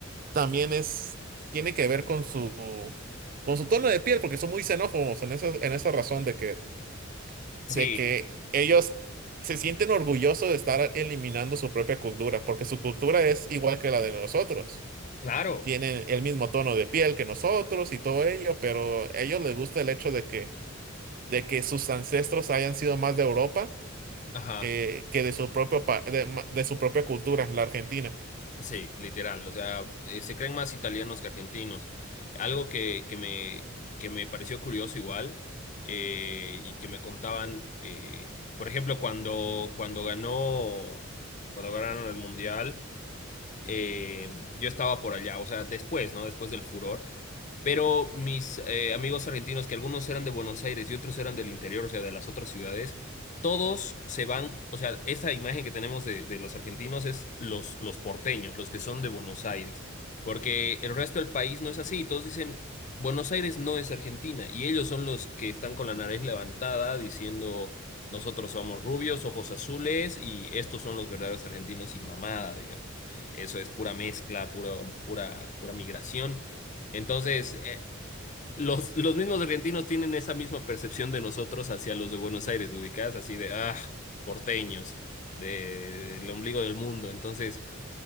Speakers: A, on the right; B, on the left.
A: también es, tiene que ver con su, con su tono de piel, porque son muy xenófobos en esa, en esa razón de que,
B: sí,
A: de que ellos se sienten orgullosos de estar eliminando su propia cultura, porque su cultura es igual que la de nosotros.
B: claro.
A: Tienen el mismo tono de piel que nosotros y todo ello, pero a ellos les gusta el hecho de que, de que sus ancestros hayan sido más de Europa
B: Ajá.
A: que, que de su propio pa- de, ma- de su propia cultura, la Argentina.
B: Sí, literal. O sea, eh, se creen más italianos que argentinos. Algo que, que me, que me pareció curioso igual eh, y que me contaban, eh, por ejemplo, cuando, cuando ganó, cuando ganaron el Mundial, eh, yo estaba por allá, o sea, después, ¿no? Después del furor. Pero mis eh, amigos argentinos, que algunos eran de Buenos Aires y otros eran del interior, o sea, de las otras ciudades, todos se van, o sea, esta imagen que tenemos de, de los argentinos es los, los porteños, los que son de Buenos Aires, porque el resto del país no es así, todos dicen, Buenos Aires no es Argentina, y ellos son los que están con la nariz levantada diciendo, nosotros somos rubios, ojos azules, y estos son los verdaderos argentinos y mamada, digamos. Eso es pura mezcla, puro, pura, pura migración. Entonces, eh, los, los mismos argentinos tienen esa misma percepción de nosotros hacia los de Buenos Aires, ubicadas así de, ah, porteños, de, el ombligo del mundo. Entonces,